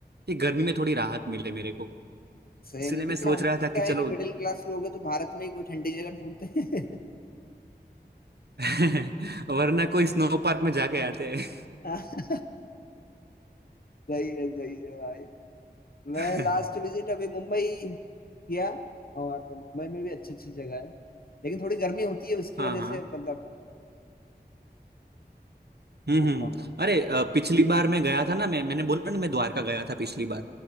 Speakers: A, on the right; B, on the left.
A: ये गर्मी में थोड़ी राहत मिले मेरे को
B: सही
A: इसलिए
B: नहीं क्योंकि
A: मैं सोच
B: हम
A: रहा
B: तो
A: था
B: क्या
A: कि चलो
B: है कि मिडिल क्लास लोग हैं तो भारत में ही कोई ठंडी जगह ढूंढते हैं
A: <laughs> वरना कोई स्नो पार्क में जाके आते हैं
B: <laughs> सही है सही है भाई मैं
A: <laughs>
B: लास्ट विजिट अभी मुंबई किया और मुंबई में भी अच्छी अच्छी जगह है लेकिन थोड़ी गर्मी होती है उसकी
A: हाँ
B: वजह
A: हाँ
B: से मतलब
A: हम्म
B: वो
A: हम्म।
B: प्रॉब्लम
A: अरे अ, पिछली बार मैं गया था ना मैं मैंने बोला ना मैं द्वारका गया था पिछली बार